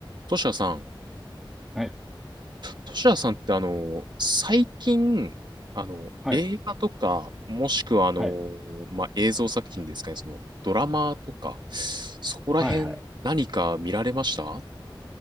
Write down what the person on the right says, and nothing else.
トシヤさん。
トシヤさんってあの、最近、あの、
映画とか、もしくはあの、
まあ、映像作品ですかね、その、ドラマとか、そこら辺、
何か見られました